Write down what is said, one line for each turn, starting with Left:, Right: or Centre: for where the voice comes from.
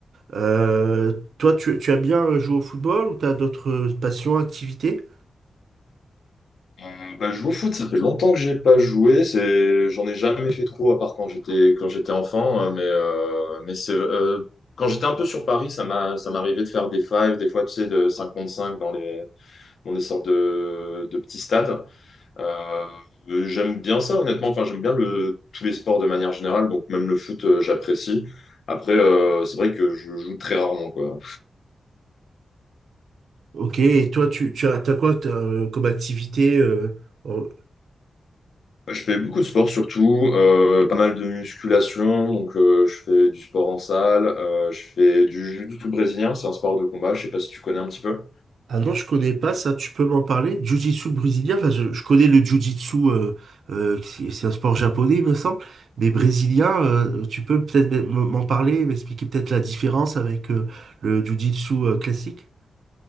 Right: Euh, toi tu, tu aimes bien euh, jouer au football ou t'as d'autres euh, passions, activités?
Left: Euh, bah, je joue au foot, ça fait longtemps que j'ai pas joué. C'est, j'en ai jamais fait trop, à part quand j'étais quand j'étais enfant. hein, mais euh, mais c'est euh, quand j'étais un peu sur Paris, ça m'a ça m'arrivait de faire des fives, des fois tu sais de 5 contre 5 dans les dans des sortes de, de petits stades. Euh, euh, j'aime bien ça, honnêtement. Enfin, j'aime bien le tous les sports de manière générale, donc même le foot, euh, j'apprécie. Après, euh, c'est vrai que je joue très rarement, quoi.
Right: Ok, et toi, tu, tu as, t'as quoi t'as, euh, comme activité euh, en-
Left: Je fais beaucoup de sport surtout, euh, pas mal de musculation, donc euh, je fais du sport en salle, euh, je fais du jiu-jitsu brésilien, c'est un sport de combat, je sais pas si tu connais un petit peu.
Right: Ah non, je connais pas ça, tu peux m'en parler? Jiu-jitsu brésilien, enfin, je, je connais le jiu-jitsu, euh, euh, qui- c'est un sport japonais, il me semble, mais brésilien, euh, tu peux peut-être m- m'en parler, m'expliquer peut-être la différence avec euh, le jiu-jitsu euh, classique?